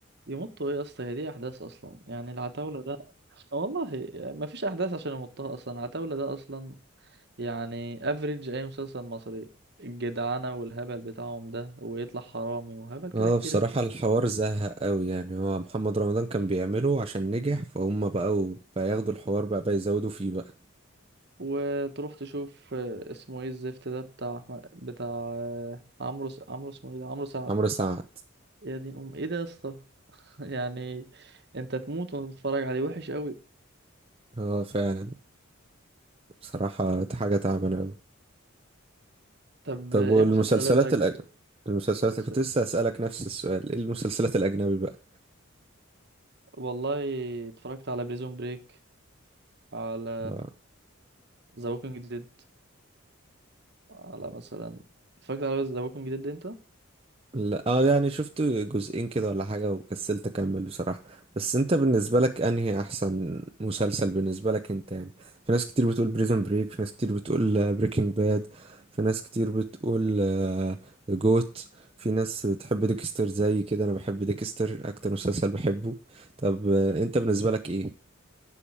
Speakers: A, on the right; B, on the right.
A: يمطوا ايه يا اسطى هي دي احداث اصلا يعني العتاوله ده والله ما فيش احداث عشان يمطها اصلا العتاوله ده اصلا يعني افريج اي مسلسل مصري الجدعنه والهبل بتاعهم ده ويطلع حرامي وهبل كده
B: اه
A: كتير
B: بصراحة
A: أوي.
B: الحوار زهق قوي يعني هو محمد رمضان كان بيعمله عشان نجح فهم بقوا بقى ياخدوا الحوار بقى بقى يزودوا فيه بقى
A: وتروح تشوف آه، اسمه ايه الزفت ده بتاع أحمد- بتاع آه، عمرو س- عمرو اسمه ايه ده عمرو سعد
B: عمرو سعد
A: يا دين ام ايه ده يا اسطى <laughs> يعني انت تموت وانت بتتفرج عليه وحش قوي
B: اه فعلا بصراحة حاجة تعبانة قوي
A: طب
B: طب
A: ايه
B: والمسلسلات
A: مسلسلات اجنبي
B: الأجنبي المسلسلات
A: بتسلك؟
B: كنت لسه أسألك نفس السؤال ايه المسلسلات الأجنبي بقى
A: والله اتفرجت على بريزون بريك على
B: اه
A: ذا ووكينج ديد على مثلا اتفرجت على ذا ووكينج ديد انت
B: لا اه يعني شفت جزئين كده ولا حاجة وكسلت أكمل بصراحة بس انت بالنسبة لك انهي احسن مسلسل بالنسبة لك انت يعني في ناس كتير بتقول بريزون بريك في ناس كتير بتقول بريكنج باد في ناس كتير بتقول آه، جوت في ناس بتحب ديكستر زي كده انا بحب ديكستر اكتر مسلسل بحبه طب آه، انت بالنسبة لك ايه